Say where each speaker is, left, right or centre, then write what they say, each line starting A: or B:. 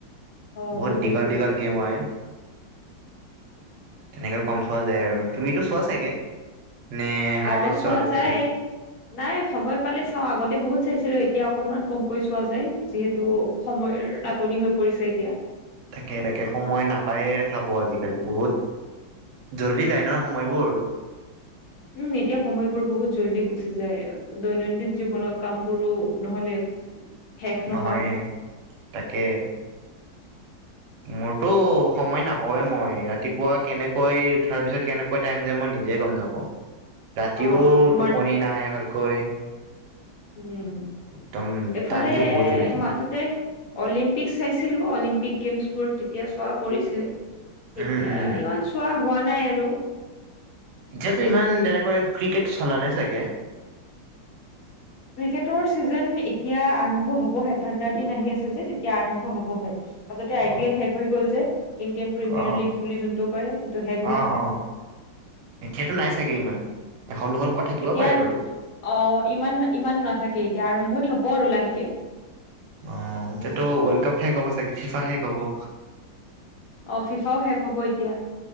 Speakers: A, on the left; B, on the right.
A: অ
B: বহুত
A: বুজিছো
B: দীঘল দীঘল গেম হয়। তেনেকৈ কম চোৱা যায় আৰু তুমিটো চোৱা চাগে? নে হাইলাইট
A: অঁ, চোৱা
B: বেছিকৈ
A: যায়। নাই সময় পালে চাওঁ। আগতে বহুত চাইছিলো, এতিয়া অকনমান কমকৈ চোৱা যায় যিহেত হেটো সময়ৰ নাটনি হৈ পৰিছে এতিয়া।
B: তাকে তাকেই সময় নাপায়ে চাব আজিকালি বহুত জল্দি যায় ন সময়বোৰ।
A: উম এতিয়া সময়বোৰ বহুত জল্দি গুচি যায়। দৈনন্দিন জীৱনত কাম বোৰো নহ'লে শেষ
B: নহয়ে
A: নহয়
B: তাকে। মোৰতো সময় নাপাওৱে মই। ৰাতিপুৱা কেনেকৈ উঠাৰ পিছত কেনেকৈ টাইম যায় মই নিজে গ'ম নাপাওঁ। ৰাতিও
A: অ তোমাৰ
B: টোপনি নাহে ভালকৈ।
A: উম,
B: একদম
A: এফালে
B: টাইমটো বহুত জল্দি যায়
A: মাজতে অলিম্পিক চাইছিলো, অলিম্পিক গেমছবোৰ তেতিয়া চোৱা পৰিছিলে। এতিয়া
B: উম উম
A: ইমান চোৱা হোৱা নাই আৰু।
B: এতিয়াতো ইমান তেনেকৈ ক্ৰিকেট চলা নাই চাগে?
A: ক্ৰিকেটৰ ছিজেন এতিয়া আৰম্ভ হ'বহে। ঠাণ্ডাৰ দিন আহি আছে যে, তেতিয়া আৰম্ভ হ'বহে। মাজতে আই
B: অ
A: পি এল শেষ হৈ গ'ল যে, ইণ্ডিয়ান প্ৰিমিয়াৰ
B: অ
A: লীগ বুলি যোনটো কয় সেইটো শেষ হ'ল।
B: অ অ এতিয়াতো নাই চাগে ইমান। এখন দুখন ক'বাত থাকিব
A: এতিয়া
B: পাৰে বাৰু
A: অঁ, ইমান ইমান নাথাকে, এতিয়া আৰম্ভণি হ'ব আৰু লাহেকে।
B: অঁ, এতিয়াতো ৱৰ্ল্ড কাপ শেষ হ'ব চাগে, ফিফা শেষ হব।
A: অ ফিফাও শেষ হ'ব এতিয়া